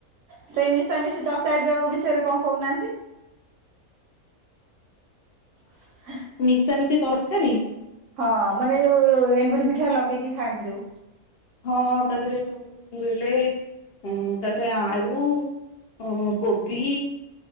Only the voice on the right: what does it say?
ସେଇ ମିଶାମିଶି ତରକାରୀ ଯୋଉ, ବିଷୟରେ କଣ କହୁନାହାନ୍ତି? <unintelligible>
ହଁ, ମାନେ ଯୋଉ, ଏଣ୍ଡୁରି ପିଠା ଲଗେଇକି ଖାଆନ୍ତି ଯୋଉ?